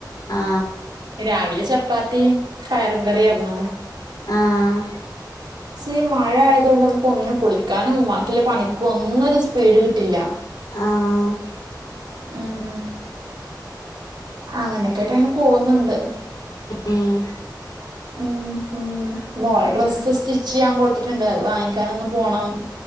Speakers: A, on the left; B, on the right.
A: ആ
B: രാവിലെ ചപ്പാത്തീം പയറും കറിയാർന്നു
A: ആഹ്
B: ഈ മഴ ആയതോണ്ട് മ്മക്ക് ഒന്നിനും കുളിക്കാനും വാക്കില്ല പണിക്കും ഒന്നൊരു സു പീഡ് കിട്ടില്ല
A: ആഹ്
B: ഉം അങ്ങനെയൊക്കായിട്ടങ്ങനെ പോകുന്നുണ്ട്
A: ഉം
B: ഉം ഉം മോള ഡ്രസ്സ്
A: ഉം
B: സ്റ്റിച്ച് ചെയ്യാൻ കൊടുത്തിട്ടുണ്ട് അത്‌ വാങ്ങിക്കാനൊന്ന് പോണം